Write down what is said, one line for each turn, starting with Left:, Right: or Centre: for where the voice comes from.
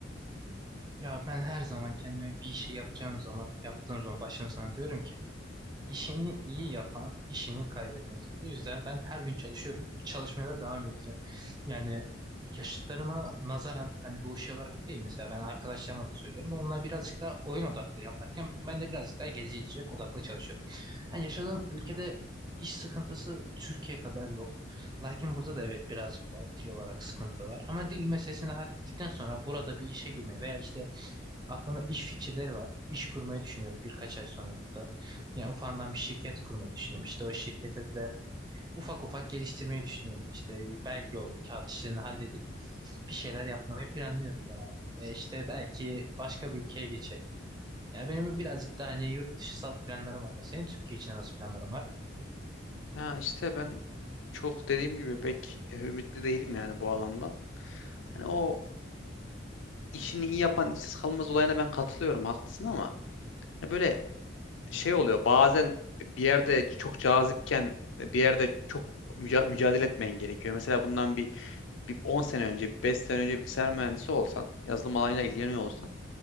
Right: Ya ben her zaman kendime bir işi yapacağım zaman, yaptığım zaman başladığım zaman diyorum ki işini iyi yapan işini kaybetmez. Bu yüzden ben her gün çalışıyorum. Çalışmaya da devam edeceğim. Yani yaşıtlarıma nazaran hani bu şey olarak değil mesela ben arkadaşlarıma da söylüyorum. Onlar birazcık daha oyun odaklı yaparken ben de birazcık daha gelecek odaklı çalışıyorum. Yani yaşadığım ülkede iş sıkıntısı Türkiye kadar yok. Lakin burada da evet birazcık var. Dil olarak sıkıntı var. Ama dil meselesini hallettikten sonra burada bir işe girme veya işte Aklımda iş fikirleri var. İş kurmayı düşünüyorum birkaç ay sonra burada. Yani ufandan bir şirket kurmayı düşünüyorum. İşte o şirkete de ufak ufak geliştirmeyi düşünüyorum. İşte bir belge olur, kağıt işlerini halledip bir şeyler yapmayı planlıyorum yani. Ve işte belki başka bir ülkeye geçerim. Yani benim birazcık daha hani yurt dışısal planlarım var. Senin Türkiye için nasıl planların var?
Left: Ya işte ben çok dediğim gibi pek e, ümitli değilim yani bu alandan. Hani o işini iyi yapan işsiz kalmaz olayına ben katılıyorum haklısın ama hani böyle şey oluyor bazen bir yerde çok cazipken bir yerde çok müca- mücadele etmen gerekiyor. Mesela bundan bir, bir 10 sene önce, 5 sene önce bilgisayar mühendisi olsan, yazılım alanıyla ilgileniyor olsan